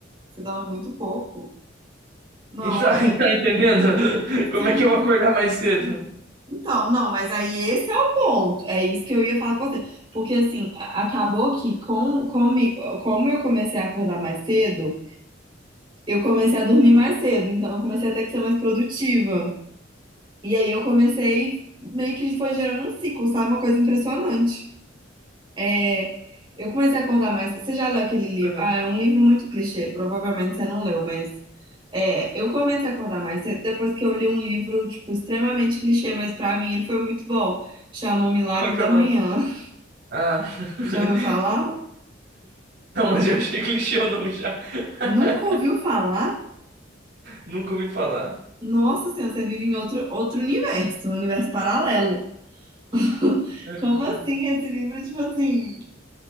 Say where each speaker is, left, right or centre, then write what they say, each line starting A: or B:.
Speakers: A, on the right (about 25°); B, on the right (about 60°).
A: Você dorme muito pouco. Não,
B: Então,
A: é.
B: <laughs> tá entendendo? Como
A: Sim.
B: é que eu vou acordar mais cedo?
A: Então, não, mas aí esse é o ponto. É isso que eu ia falar com você. Porque, assim, a- acabou que com, comigo, como eu comecei a acordar mais cedo, eu comecei a dormir mais cedo. Então, eu comecei a ter que ser mais produtiva. E aí eu comecei, meio que foi gerando um ciclo, sabe? Uma coisa impressionante. É, Eu comecei a acordar mais. Você já leu aquele livro?
B: Aham.
A: Ah, é um livro muito clichê, provavelmente você não leu, mas é, eu comecei a acordar mais cedo depois que eu li um livro, tipo, extremamente clichê, mas pra mim ele foi muito bom. Chama O Milagre
B: Qual que
A: da
B: é o nome?
A: Manhã. <laughs>
B: Ah. <laughs>
A: Já ouviu falar?
B: Não, mas já achei clichê o nome já. <laughs>
A: Nunca ouviu falar?
B: Nunca ouvi falar.
A: Nossa Senhora, você vive em outro, outro universo, um universo paralelo. <laughs>
B: <laughs>
A: Como assim esse livro, tipo assim?